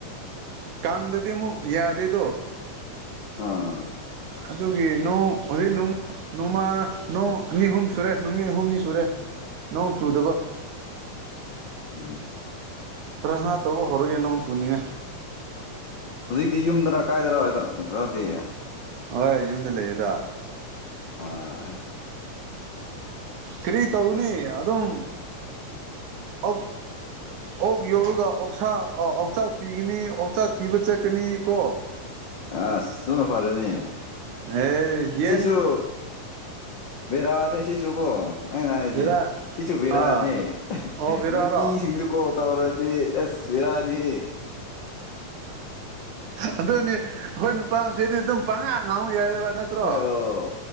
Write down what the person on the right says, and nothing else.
ꯀꯥꯡꯗꯗꯤ ꯑꯃꯨꯛ ꯌꯥꯗꯦꯗꯣ
ꯑꯗꯨꯒꯤ ꯅꯣꯡ ꯍꯧꯖꯤꯛ ꯅꯣꯡꯃ ꯅꯣꯡꯃ ꯅꯣꯡ ꯑꯅꯤ ꯑꯍꯨꯝ ꯁꯨꯔꯦ ꯅꯨꯃꯤꯠ ꯑꯍꯨꯝꯅꯤ ꯁꯨꯔꯦ ꯅꯣꯡ ꯆꯨꯗꯕ
ꯄ꯭ꯔꯁꯅ ꯇꯧꯕ ꯍꯧꯔꯒꯦ ꯅꯣꯡ ꯆꯨꯅꯤꯅꯦ
ꯍꯣꯏ ꯌꯨꯝꯗ ꯂꯩꯌꯦꯗ
ꯀꯔꯤ ꯇꯧꯅꯤ ꯑꯗꯨꯝ ꯑ ꯑꯣꯛ ꯌꯧꯔꯒ ꯑꯣꯁꯥ ꯑꯣꯛꯆꯥꯛ ꯄꯤꯒꯅꯤ ꯑꯣꯛꯆꯥꯛ ꯊꯤꯕ ꯆꯠꯀꯅꯤ ꯀꯣ
ꯑꯦ ꯌꯦꯟ
ꯕꯦꯔꯥ
ꯑꯥ ꯑꯣ ꯕꯦꯔꯥꯔꯣ
ꯑꯗꯨꯅꯤ ꯑꯩꯈꯣꯏ ꯅꯨꯄꯥꯁꯤꯗꯤ ꯑꯗꯨꯝ ꯄꯪꯉꯥ ꯉꯥꯎ ꯌꯥꯏꯑꯕ ꯅꯠꯇ꯭ꯔꯣ